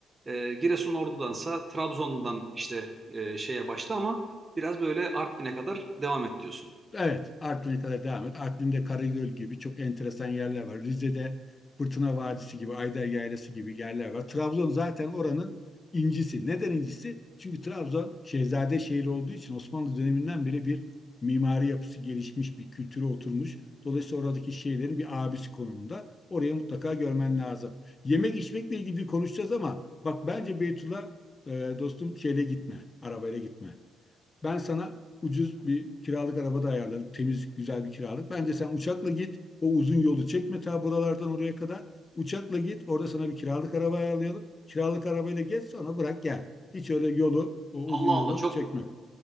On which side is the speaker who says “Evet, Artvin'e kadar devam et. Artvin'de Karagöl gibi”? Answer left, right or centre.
Left